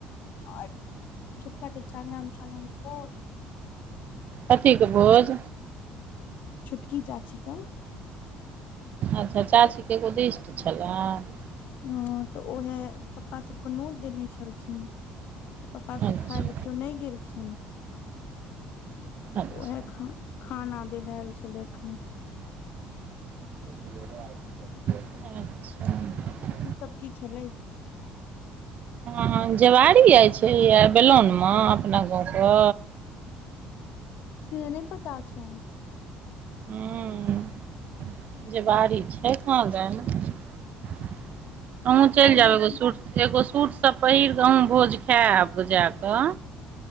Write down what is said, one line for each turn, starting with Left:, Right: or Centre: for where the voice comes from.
Left: आउर क च् <unintelligible> ग च् कोन
Right: कथीे के भोज
Left: छोटकी चाची क
Right: अच्छा चाचीके एगोदिस्ट छलनि
Left: ह तऽ उएहे पप्पा सबके नोत देने छलखिन तऽ पप्पा सब
Right: अच्छा
Left: खाय ले केओ नहि गेल खिन
Right: अच्छा
Left: त ओहे ख खाना दै लै आयल छलै अखने
Right: अच्छा
Left: ई सब की खेलैथ
Right: ह जेवारी आइ छलैया आ बेलौन मे अपना गाँवके
Left: से नय पता छैन
Right: ह जेबाड़ी छै कहां दैन अँहु चलि
Left: तै नहि
Right: जाउ एगो सुट एगो सूट सब पहिर कऽ अहूँ भोज खायएब जाकऽ